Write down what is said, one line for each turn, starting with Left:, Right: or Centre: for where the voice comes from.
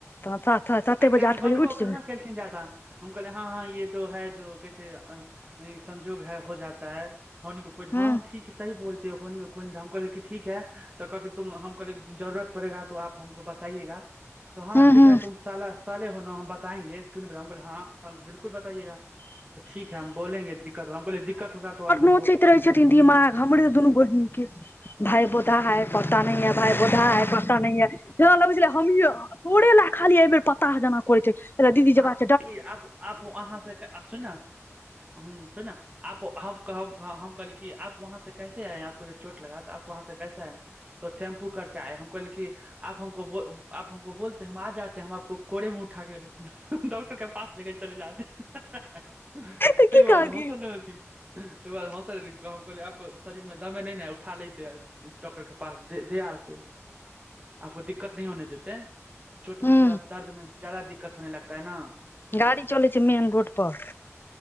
Left: तऽ सात साते
Right: आ
Left: बजे
Right: काइल
Left: आठ
Right: बजबो
Left: बजे उठि जेबै
Right: कहाँ केलखिन जादा हम कहलै हँ हँ ये जो है जो कह संजोग है हो जाता है होनी को कोइ
Left: हूँ
Right: हँ ठीक सी सही बोल तेँ हो कोइ हम कहलियै की ठीक ह तऽ कहके तुम हम कहलियै जरूरत पड़ेगा तो आप हमको बताइएगा त हँ
Left: हूँ
Right: ठीक
Left: हूँ
Right: है तुम साला साले हो न हम बताएंगे नहि बता हँ बिलकुल बताइएगा तऽ ठीक है हम बोलेंगे दिक्कत होगा हम कहलियै दिक्कत होगा तो आप हम
Left: सोचैत रहे छथिन दिमाग हमरे दुनू बहिन के भाय बोतहा है पता नहीं मेरा भाय बोतहा है सोंचता नहि है जेना लगैत छेलै हमहींये तोरे ले खाली एहि बेर पताह जेना क कर छै दीदी जेबाक
Right: आब आप अहाँ से सुन न हूँ सुन न आप हम कह हम कहली कि आप वहाँ से कैेसे आए हैं आप को जो चोट लगा तो आप वहाँ से कैसे आए हैं त टेम्पू करके आए हम कहलियै कि आप हमको बोलते हम आ जाते हम आपको कोड़े में उठा ठा के डॉक्टर के पास लेके चले जाते ताहिके
Left: तऽ की
Right: बाद
Left: कहलखिन
Right: हँसल लगलखिन तकर बाद हँसल कहल आपको शरीर में दमे नहि न है उठा लैते डाक्टर के पास देे आछे आपको दिक्कत नहि होने देते चोट मे
Left: हूँ
Right: थोड़ा दर्दमे दिक्कत होने लागता है न
Left: गाड़ी चलै छै मेन रोड पर